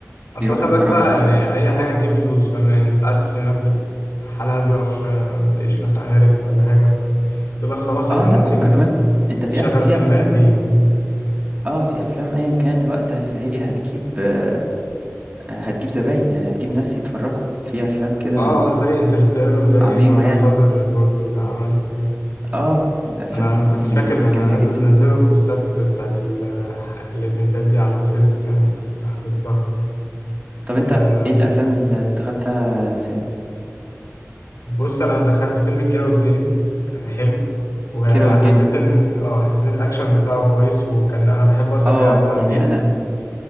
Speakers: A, on the left; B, on the right.
A: اصل
B: بيروح
A: خلي
B: يتفرجوا
A: بالك بقى
B: على
A: يعني اي حاجه تجيب فلوس فاهم يعني ساعات السينمات بت... حالها بيقف شويه ما تلاقيش مثلا عليها رجل ولا حاجه فتقول لك خلاص احنا
B: اه لا
A: ممكن
B: وكمان انت في
A: نشغل
B: أف... في
A: فيلم
B: أفلام
A: قديم يعني
B: اه في أفلام أيا كان الوقت فهي هتجيب آه، هتجيب زباين يعني هتجيب ناس يتفرجوا في أفلام كده
A: اه آه، زي انترستيلر وزي
B: عظيمة
A: ما جاد
B: يعني
A: فازر برضو ده عمل
B: اه الأفلام
A: انا
B: دي
A: كنت فاكر لما
B: جامدة
A: نزل
B: جدا
A: نزلوا البوستات بتاعت ال- الايفنتات دي على الفيسبوك يعني كنت حضرتها
B: طب انت
A: آه،
B: ايه الأفلام اللي اللي دخلتها سينما؟
A: بص انا دخلت فيلم الكيرة والجن كان حلو وحسيت
B: كيرة والجن
A: ان اه حسيت ان الاكشن بتاعه كويس وكان انا بحب اصلا
B: اه
A: كريم عبد العزيز
B: يعني انا